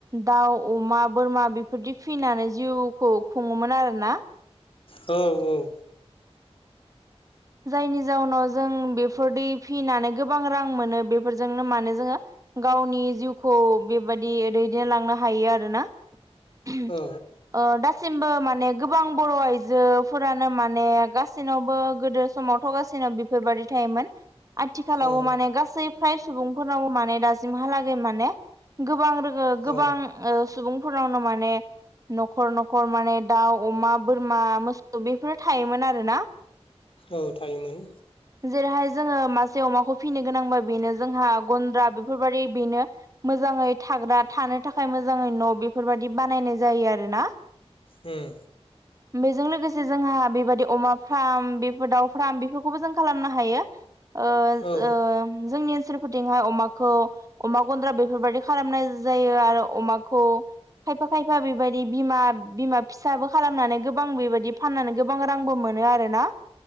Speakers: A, on the right; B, on the left.
A: दाउ अमा बोरमा बेफोर बिदि फिनानै जिउखौ खुङोमोन आरो ना
B: औ औ
A: जायनि जाउनाव जों बेफोर दै फिनानै गोबां रां मोनो बेफोरजोंनो माने जोङो गावनि जिउखौ बेबादि दैदेनलांनो हायो आरोना ओ
B: औ
A: दा गासिमबो माने गोबां बर‌ आइजोफोरानो माने गासैनावबो गोदो समाव थगासिनाव बेफोरबायाददि थायोमोन आथिखालावबो
B: औ
A: माने गासै फ्राय सुबुंफोरनावबो माने दासिमहालागै माने गोबां रोङो गोबां
B: औ
A: ओ सुबुंफोरनावनो माने नखर नखर माने दाउ अमा बोरमा मोसौ बेफोर‌ थायोमोन आरोना <inaudible>
B: औ थायोमोन
A: जेरैहाय जोङो मासे अमाखौ फिसिनो गोनांबा बेनो जोंहा गन्द्रा बेफोरबाददि बेनो मोजाङै थाग्रा थानो थाखाय मोजाङै न‌ बेफोरबायादि बानायनाय जायो आरो ना
B: ओम
A: बेजों लोगोसे जोंहा बेबायदि अमा फार्म बेफोर दाउ फार्म बेफोरखौबो जों खालामनो हायो ओ
B: औ
A: ओ जोंनि ओनसोलफोरथिंहाय अमाखौ अमा गन्द्रा बेफोरबायाददि खालामनाय जायो आरो अमाखौ खायफा खायफा बेबायदि बिमा बिमा फिसाबो खालामनानै गोबां बेबायदि फाननानै गोबां रां बो मोनो आरोना